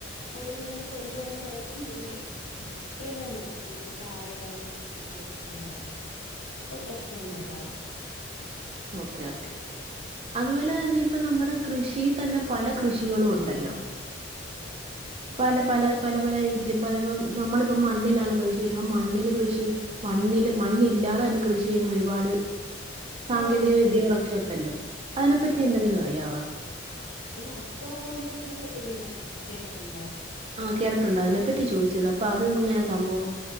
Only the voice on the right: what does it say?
ഓക്കെ ഓക്കെ ഓക്കെ അതുപോലെ തന്നെ ഇപ്പ നമ്മുടെ കൃഷിയിൽ തന്നെ പല കൃഷികളും ഉണ്ടല്ലോ
പല പല പല പല രീതിയിൽ ഇപ്പം നമ്മളിപ്പ മണ്ണിലാണ് കൃഷി ചെയ്യുന്നത് അപ്പം മണ്ണില് കൃഷി മണ്ണില് മണ്ണ് ഇല്ലാതെ തന്നെ കൃഷി ചെയ്യുന്ന ഒരുപാട്
സാങ്കേതിക
വിദ്യകളൊക്കെ
ഉണ്ടല്ലോ അതിനെപ്പറ്റി
എന്തെങ്കിലും
അറിയാവാേ
ആ കേട്ടിട്ടുണ്ട് അതിനെപ്പറ്റി ചോദിച്ചത് അപ്പൊ അത് എങ്ങനെയാണ് സംഭവം